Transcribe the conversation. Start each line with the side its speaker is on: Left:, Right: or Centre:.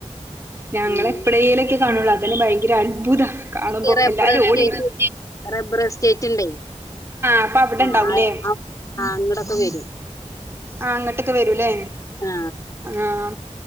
Right: ഞ ങ്ങള്
Left: ഉം
Right: എപ്പോഴേലക്കെ കാണുള്ള ഭയങ്കര അത്ഭുതം കാണുമ്പോ
Left: ഈ റബ്ബർ
Right: എല്ലാരും
Left: എസ്റ്റേറ്റ്
Right: ഓടിവരും
Left: റബ്ബർ എസ്റ്റേറ്റ് ഉണ്ടേ
Right: അപ്പ അവിടെ
Left: ആ
Right: ഇണ്ടാവൂല്ലേ
Left: ആ- ആ- ആ, അങ്ങടൊക്കെ വരും
Right: ആഹ് അങ്ങട്ടൊക്കെ വരൂലേ
Left: ആ
Right: ആഹ